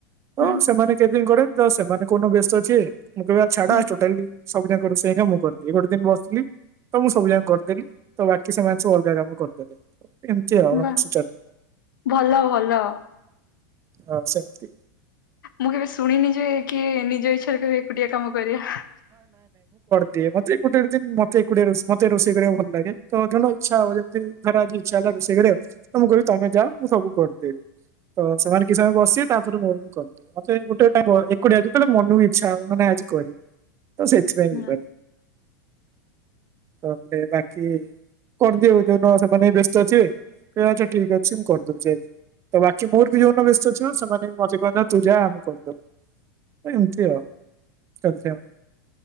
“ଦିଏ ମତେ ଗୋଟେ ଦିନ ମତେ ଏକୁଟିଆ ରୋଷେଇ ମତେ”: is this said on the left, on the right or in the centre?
Right